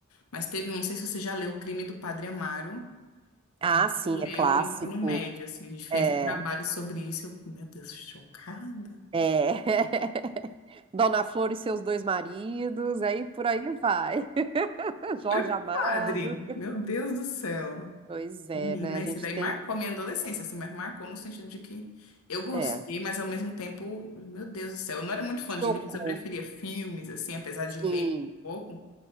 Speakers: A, on the left; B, on the right.
A: Mas teve um, não sei se você já leu O Crime do Padre Amaro.
B: Ah,
A: A gente
B: sim,
A: leu
B: é clássico.
A: no ensino médio, assim, a gente fez
B: É,
A: um trabalho sobre isso. Eu, fiquei, meu Deus, chocada.
B: é. <laughs> Dona Flor e seus dois maridos, aí por aí vai. <laughs> Jorge
A: Olha pro
B: Amado.
A: padre. Meu Deus do céu.
B: Pois é,
A: Menina,
B: né? A gente
A: esse daí
B: tem.
A: marcou minha adolescência, assim, mas marcou no sentido de que eu gostei,
B: É.
A: mas ao mesmo tempo, meu Deus do céu, eu não era muito fã
B: Chocou,
A: de livros, eu preferia filmes, assim, apesar de ler
B: sim.
A: um pouco,